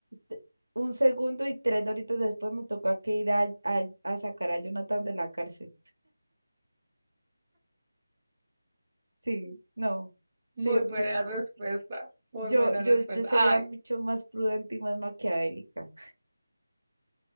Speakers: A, on the right (about 80°); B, on the right (about 35°).
A: te- un segundo y tres horitos después me tocó que ir a, a- a sacar a Jonathan de la cárcel. Sí, no.
B: Muy
A: Sí,
B: buena
A: yo,
B: respuesta. Muy
A: yo,
B: buena
A: yo,
B: respuesta.
A: yo sería
B: Ay,
A: mucho más prudente y más maquiavélica.